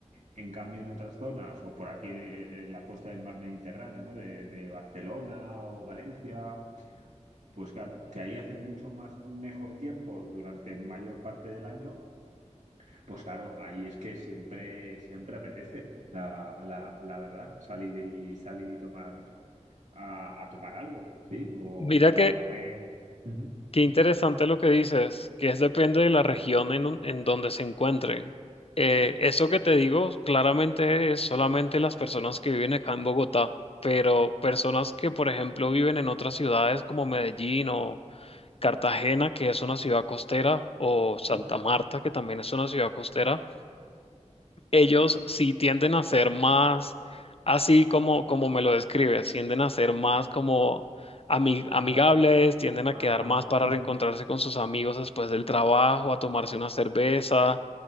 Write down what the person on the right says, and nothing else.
En cambio, en otras zonas, o por aquí eh, en la costa del mar Mediterráneo, ¿no? De, de Barcelona o Valencia pues claro, que ahí hace mucho más mejor tiempo durante mayor parte del año, pues claro, ahí es que siempre, siempre apetece, la, la- la verdad, salir y salir y tomar a, a tomar algo, ¿sí? O,
o
a comer. Ujú,
ujú,
ujú.
Más
a-
Ah,